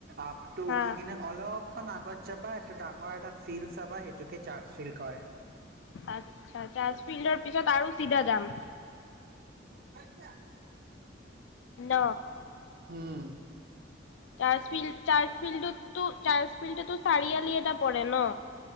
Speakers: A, on the right; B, on the left.
A: আপটো
B: হা।
A: উঠি কিনে অলপ খন আগত যাবা এটা ডাঙৰ এটা ফিল্ড চাবা সেইটোকে চাৰ্চ ফিল্ড কয়।
B: আ চাৰ্জ ফিল্ডৰ পিছত আৰু চিধা যাম।
A: মচছা <inaudible>
B: ন।
A: হুম।
B: চাৰ্জ ফিল, চাৰ্জ ফিল্ডতো, চাৰ্জ ফিল্ডতো চাৰিআলি এটা প ন।